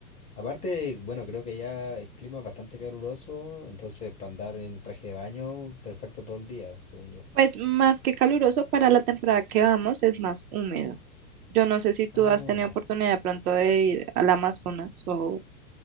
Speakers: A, on the left; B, on the right.
A: Aparte, bueno, creo que ya el clima es bastante caluroso, entonces para andar en traje de baño, perfecto todo el día, según yo.
B: Pues más que caluroso para la temporada que vamos, es más húmedo. Yo no sé si tú
A: Ah,
B: has tenido
A: ya.
B: oportunidad de pronto de ir al Amazonas o,